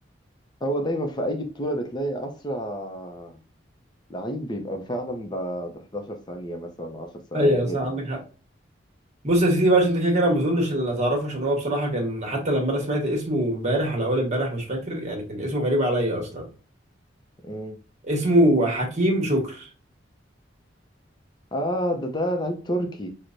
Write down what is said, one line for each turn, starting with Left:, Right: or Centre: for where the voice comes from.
Left: هو دايما في اي بطوله بتلاقي اسرع لعيب بيبقى فعلا ب 11 ثانيه مثلا 10 ثواني
Right: ايوه
Left: كده
Right: صح عندك حق بص يا سيدي بقى عشان انت كده كده ما اظنش اللي هتعرفه عشان هو بصراحه كان حتى لما انا سمعت اسمه امبارح ولا اول امبارح مش فاكر يعني كان اسمه غريب عليا اصلا
Left: مم.
Right: اسمه حكيم شكر
Left: اه ده ده لعيب تركي